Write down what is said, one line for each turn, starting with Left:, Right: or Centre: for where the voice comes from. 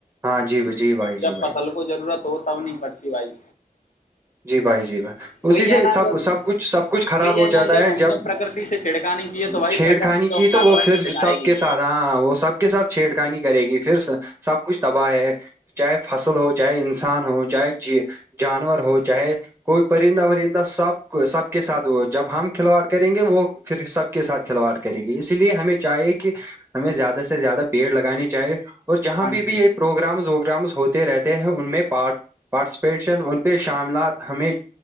Right: ہاں جی بھائی، جی بھائی جی
Left: جب
Right: بھائی
Left: فصل کو ضرورت ہو تب نہیں پڑتی بھائی
Right: جی بھائی جی بھائی
Left: وہی
Right: اسی سے
Left: ہے نا
Right: سب
Left: جب
Right: سب کچھ سب کچھ خراب
Left: وہی
Right: ہو
Left: نا
Right: جاتا ہے
Left: ہم
Right: جب
Left: نے پرکرتی سے چھڑکانی کی ہے تو بھائی
Right: چھیڑ
Left: پرکرتی
Right: خانی کی
Left: اپنا
Right: تو وہ
Left: رنگ
Right: پھر
Left: دکھائے
Right: سب
Left: گی
Right: کے ساتھ ہاں وہ سب کے سب چھیڑ خانی کرے گی پھر سب کچھ تباہ ہے چاہے فصل ہو چاہے انسان ہو چاہے جانور ہو چاہے کوئی پرندہ ندہ سب سب کے ساتھ وہ جب ہم کھلواڑ کریں گے وہ پھر سب کے ساتھ کھلواڑ کرے گی اسی لیے ہمیں چاہیے کہ ہمیں زیادہ سے زیادہ پیڑ لگانے چاہیے اور جہاں
Left: ہاں
Right: بھی بھی
Left: جی
Right: یہ پروگرامز ووگرامز ہوتے رہتے ہیں ان میں پ پارٹیسپیشن ان پہ شاملات ہمیں